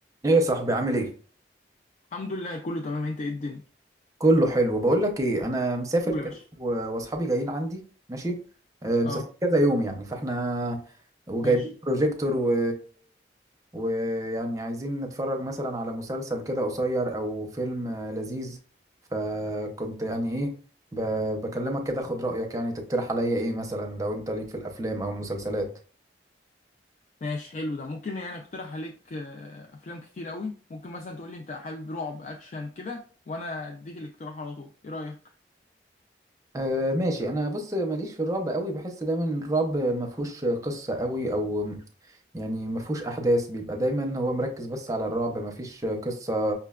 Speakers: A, on the right; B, on the left.
A: ايه يا صاحبي عامل ايه
B: الحمد لله كله تمام انت ايه الدنيا
A: كله حلو بقول لك ايه انا مسافر
B: قول
A: كده
B: يا باشا
A: و- واصحابي جايين عندي ماشي آه، مسافرين
B: اه
A: كذا يوم يعني فاحنا وجايبين
B: ماشي
A: بروجيكتور و ويعني عايزين نتفرج مثلا على مسلسل كده قصير او فيلم آه، لذيذ فكنت يعني ايه ب... بكلمك كده خد رأيك يعني تقترح عليا ايه مثلا لو انت ليك في الافلام او المسلسلات
B: ماشي حلو ده ممكن يعني اقترح عليك آه، افلام كتير قوي ممكن مثلا تقول لي انت حابب رعب اكشن كده وانا اديك الاقتراح على طول ايه رايك
A: أه ماشي انا بص ماليش في الرعب قوي بحس دايما الرعب ما فيهوش قصة قوي او يعني ما فيهوش احداث بيبقى دايما هو مركز بس على الرعب ما فيش قصة